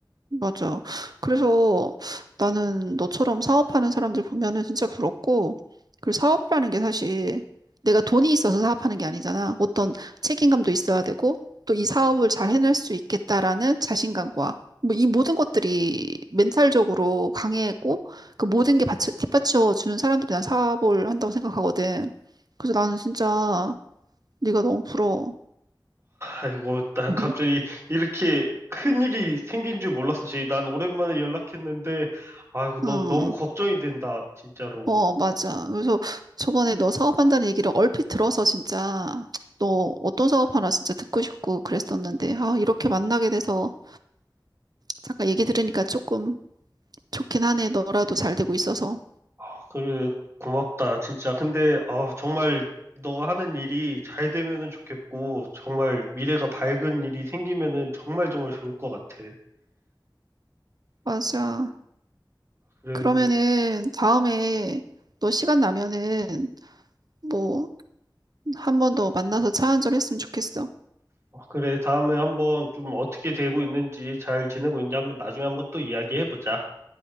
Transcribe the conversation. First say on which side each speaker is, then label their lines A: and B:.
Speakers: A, on the right (about 55°); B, on the right (about 35°).
A: 맞아. 그래서 나는 너처럼 사업하는 사람들 보면은 진짜 부럽고, 그 사업이라는 게 사실 내가 돈이 있어서 사업하는 게 아니잖아. 어떤 책임감도 있어야 되고, 또 이 사업을 잘 해낼 수 있겠다라는 자신감과, 뭐 이 모든 것들이 멘탈적으로 강해고, 그 모든 게 받쳐, 뒷받쳐 주는 사람들이 난 사업을 한다고 생각하거든. 그래서 나는 진짜 네가 너무 부러워.
B: 아이고, 나
A: <laughs>
B: 갑자기 이렇게 큰일이 생긴 줄 몰랐어, 제이. 난 오랜만에 연락했는데, 아이고, 너,
A: 응.
B: 너무 걱정이 된다, 진짜로.
A: 어, 맞아. 그래서 저번에 너 사업한다는 얘기를 얼핏 들어서 진짜 너 어떤 사업 하나 진짜 듣고 싶고 그랬었는데, 아, 이렇게 만나게 돼서 잠깐 얘기 들으니까 조금 좋긴 하네. 너라도 잘 되고 있어서.
B: 아, 그래, 고맙다, 진짜. 근데, 아, 정말 너가 하는 일이 잘 되면은 좋겠고, 정말 미래가 밝은 일이 생기면은 정말 정말 좋을 것 같아.
A: 맞아.
B: 그래,
A: 그러면은
B: 어,
A: 다음에 너 시간 나면은 뭐 한 번 더 만나서 차 한잔 했으면 좋겠어.
B: 어, 그래, 다음에 한번 좀 어떻게 되고 있는지, 잘 지내고 있는지 한번 나중에 한번 또 이야기해보자.